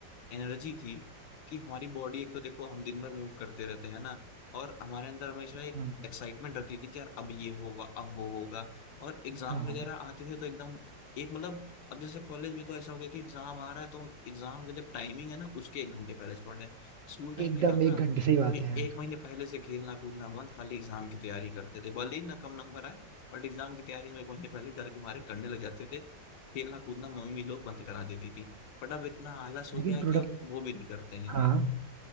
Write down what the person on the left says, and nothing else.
एनर्जी थी कि हमारी बॉडी एक तो देखो हम दिन भर मूव करते रहते हैं ना और हमारे अंदर हमेशा एक
एक्साइटमेंट रहती थी कि यार अब ये होगा अब वो होगा और एग्जाम
वगैरह आते थे तो एकदम एक मतलब अब जैसे कॉलेज में तो ऐसा हो गया कि एग्जाम आ रहा है तो हम एग्जाम का जब टाइमिंग है ना उसके एक घंटे पहले से पढ़ रहे हैं स्कूल टाइम
में क्या होता
कि
एक महीने पहले से खेलना कूदना बंद खाली एग्जाम की तैयारी करते थे भले ही ना कम नंबर आए बट एग्जाम की तैयारी हम एक महीने पहले डर के मारे करने लग जाते थे खेलना कूदना मम्मी लोग बंद करा देती थी बट अब इतना आलस हो
गया है
कि अब वो भी नहीं करते हैं